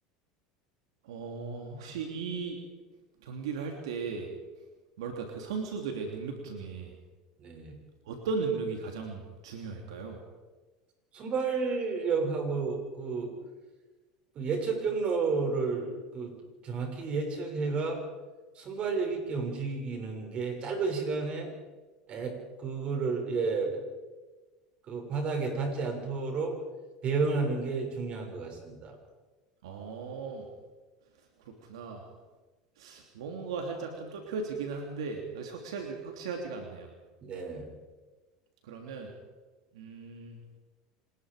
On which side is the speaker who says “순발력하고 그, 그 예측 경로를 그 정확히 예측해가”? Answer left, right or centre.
Right